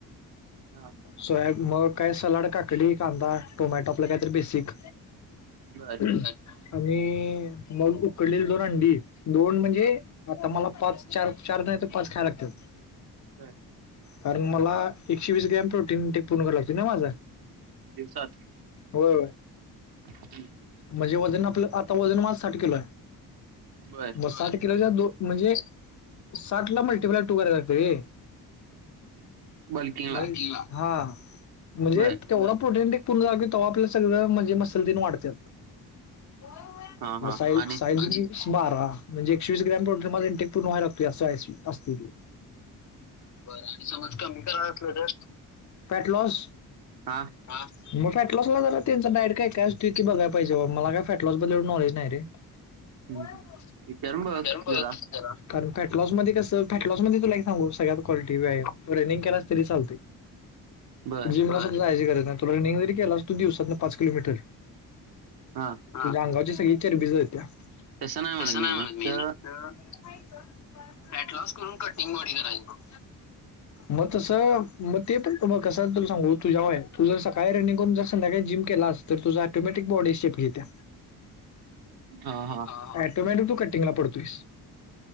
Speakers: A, on the right; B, on the left.
A: हा
B: सोयाबी मग काय सलाड काकडी कांदा टोमॅटो आपलं काहीतरी बेसिक
A: बर
B: आणि मग उकडलेली दोन अंडी दोन म्हणजे
A: हा
B: आता मला पाच चार चार नाही तर पाच खायला लागतीलात.
A: हम्.
B: कारण मला एकशे वीस ग्रॅम प्रोटीन टेक पूर्ण कराय लागत ना माझ.
A: दिवसात
B: होय होय.
A: हम्म,
B: म्हणजे वजन आपलं आता वजन माझं साठ किलो हाय.
A: बरं.
B: साठ किलो दो म्हणजे साठ ला मल्टीप्लाय टू करायला लागत रे.
A: बल्किंगला
B: बोल की हा म्हणजे
A: बर
B: तेवढ प्रोटीन टेक पूर्ण तेव्हा आपल सगळं म्हणजे मसल त्यन वाढत्यात होय होय.
A: हा
B: म
A: हा
B: साहिब
A: आणि
B: साहेबची. बारा म्हणजे एकशेवीस ग्रॅम प्रोटेल मध्ये इंटेक पूर्ण व्हाय लागतय अस असतय ते. बर आणि समज कमी कराच असल तर फॅट लॉस
A: हा.
B: हा मग फॅटलॉसला जरा त्यांच डायट काय काय असत की बघाय पाहीजे मला काय फॅटलॉस बद्दल नॉलेज नाही रे.
A: <inaudible>
B: होय
A: हम्म.
B: होय
A: विचारून बघ
B: करून बघा
A: जरा
B: की कारण फॅटलॉस मध्ये कस फॅटलॉस मध्ये तुला? सगळ्यात कालटी व्यायाम रनिंग केलास तरी चालतय
A: बर
B: जीमला जा. जायची गरज नाही रनिंग जरी केलास तो दिवसात ना पाच किलोमीटर
A: हा.
B: तु्झ्या अंगाव सगळी चरबी जळत्या.
A: तसं
B: तस नाही
A: मी
B: म्हणत
A: नुसतं
B: मी फॅट लॉस करून कटिंग बॉडी. हो. मग तसं मग ते पण त कस तुला सांगू तुझ्याव्हा आहे तू जसं काय रनिंग करून जर संध्याकाळी जिम केलास. तर तुझा ऑटोमॅटीक बॉडी शेप घेत्या.
A: हा हा.
B: ऑटोमॅटीक तू कटिंगला पडतोयस